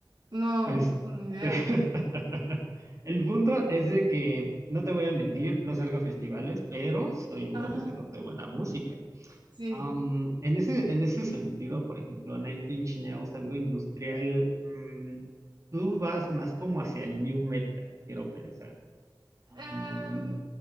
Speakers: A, on the right (about 75°); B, on the right (about 45°).
A: no,
B: Este,
A: no, ni idea.
B: <laughs> El punto es de que, no te voy a mentir, no salgo a festivales, pero soy un
A: Ah,
B: conocedor de buena música.
A: sí.
B: Am, en ese, en ese sentido, por ejemplo, Nine Inch Nails, algo industrial, mm, tú vas más como hacia el new metal, quiero pensar. Am,
A: Em,